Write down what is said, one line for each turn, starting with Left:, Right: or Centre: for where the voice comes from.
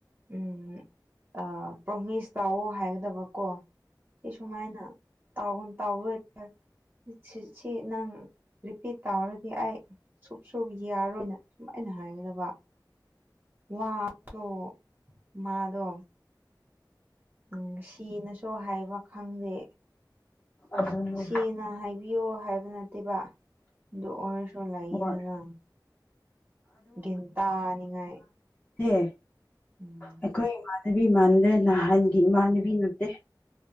Right: ꯎꯝ ꯑꯥ ꯄ꯭ꯔꯣꯃꯤꯁ ꯇꯧꯑꯣ ꯍꯥꯏꯒꯗꯕꯀꯣ ꯁꯤ ꯁꯨꯃꯥꯏꯅ ꯇꯥꯎꯟ ꯁꯤꯁꯤ ꯅꯪ ꯔꯤꯄꯤꯠ ꯇꯧꯔꯗꯤ ꯑꯩ ꯁꯨꯞ ꯁꯨꯞ ꯌꯥꯔꯣꯏꯅ ꯁꯨꯝꯃꯥꯏꯅ ꯍꯥꯏꯒꯗꯕ ꯋꯥꯗꯣ ꯃꯥꯗꯣ ꯎꯝ ꯁꯤꯅꯁꯨ ꯍꯥꯏꯕ ꯈꯪꯗꯦ
Left: ꯑꯗꯨꯅꯦ
Right: ꯁꯤꯅ ꯍꯥꯏꯕꯤꯌꯣ ꯍꯥꯏꯕ ꯅꯠꯇꯦꯕ ꯑꯗꯨ ꯑꯣꯏꯔꯁꯨ ꯂꯩꯗꯅ
Left: ꯍꯣꯏ
Right: ꯒꯤꯟ ꯇꯥꯅꯤꯡꯉꯥꯏ
Left: ꯑꯦ
Right: ꯎꯝ
Left: ꯑꯩꯈꯣꯏ ꯏꯃꯥꯟꯅꯕꯤ ꯃꯥꯟꯗꯦ ꯅꯍꯥꯟꯒꯤ ꯏꯃꯥꯟꯅꯕꯤ ꯅꯠꯇꯦ